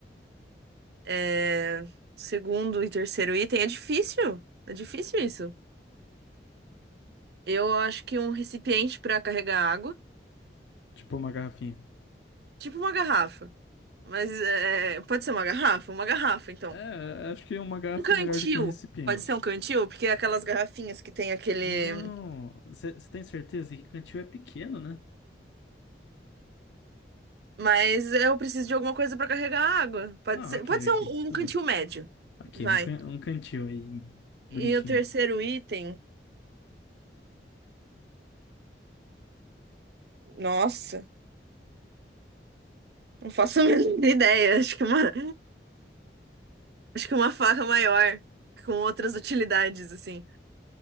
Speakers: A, on the right (about 65°); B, on the left (about 85°).
A: É, Segundo e terceiro item, é difícil. É difícil isso. Eu acho que um recipiente para carregar água,
B: Tipo uma garrafinha.
A: tipo uma garrafa. Mas é, pode ser uma garrafa? Uma garrafa, então.
B: É, acho que uma garrafa
A: Um cantil.
B: é melhor do que um recipiente.
A: Pode ser um cantil, porque é aquelas garrafinhas que tem aquele.
B: Não. Você você tem certeza que cantil é pequeno, né?
A: Mas eu preciso de alguma coisa para carregar água. Pode
B: Não,
A: ser,
B: ok,
A: pode ser
B: ok.
A: um,
B: Tudo
A: um cantil
B: bem.
A: médio.
B: Ok,
A: Vai.
B: um, can- um cantil aí. Bonitinho.
A: E o terceiro item. Nossa, não faço a <laughs> menor ideia. Acho que uma, acho que uma faca maior, com outras utilidades, assim.